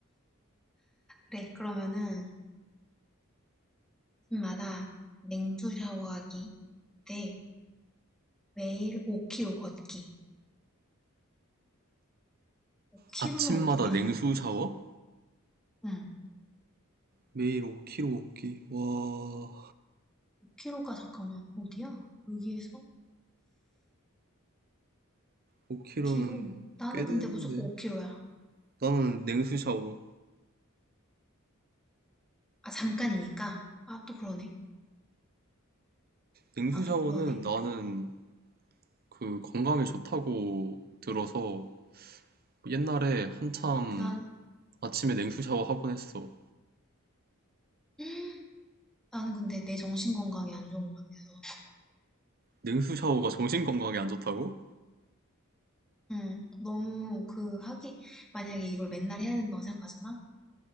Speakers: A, in the centre; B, on the right.
A: 그래, 그러면은 집마다 냉수 샤워하기 대 매일 5km 걷기. 5km면
B: 아침마다
A: 어디냐,
B: 냉수 샤워?
A: 응.
B: 매일 5kg 먹기. 와,
A: 5 k 로가 잠깐만 어디야? 여기에서 5km?
B: 5kg는
A: 나는
B: 꽤
A: 근데
B: 되는데.
A: 무조건 5 k 로야
B: 나는 냉수 샤워.
A: 아 잠깐이니까. 아 또 그러네.
B: 냉수
A: 아 또
B: 샤워는
A: 그러네.
B: 나는 그 건강에 좋다고 들어서 옛날에 한참
A: 난
B: 아침에 냉수 샤워 하곤 했어.
A: <gasps> <sucks teeth> 나는 근데 내 정신 건강이 안 좋은 것 같아서.
B: 냉수 샤워가 정신 건강에 안 좋다고?
A: 응. 너무 그 하기 만약에 이걸 맨날 해야 된다고 생각하잖아.